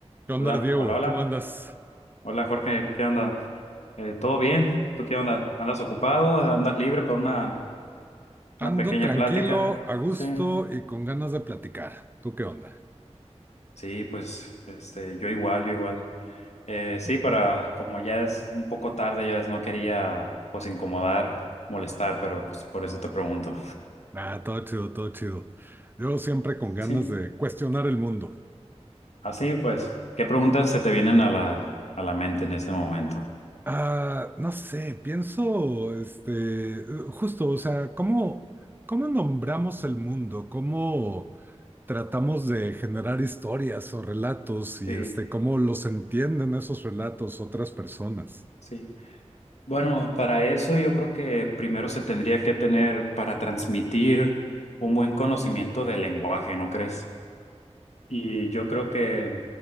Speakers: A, on the right (about 20°); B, on the left (about 75°).
A: ¿Qué onda,
B: Hola,
A: Diego?
B: hola, hola.
A: ¿Cómo andas?
B: Hola Jorge, ¿qué onda? Eh, ¿todo bien? ¿Tú qué onda? ¿Andas ocupado? ¿Andas libre para una, una
A: Ando
B: pequeña
A: tranquilo,
B: plática?
A: a gusto
B: Sí.
A: y con ganas de platicar. ¿Tú qué onda?
B: Sí, pues este, yo igual, yo igual. Eh, sí, para como ya es un poco tarde, ya es, no quería pues incomodar, molestar, pero pues por eso te pregunto.
A: Ah, todo chido, todo chido. Yo siempre con ganas
B: Sí.
A: de cuestionar el mundo.
B: Así pues, ¿qué preguntas se te vienen a la, a la mente en este momento?
A: Ah, no sé, pienso, este, justo, o sea, ¿cómo, cómo nombramos el mundo? ¿Cómo tratamos de generar historias o relatos y
B: Sí,
A: este, cómo los entienden esos relatos otras personas?
B: sí. Bueno, para eso yo creo que primero se tendría que tener para transmitir un buen conocimiento del lenguaje, ¿no crees? Y yo creo que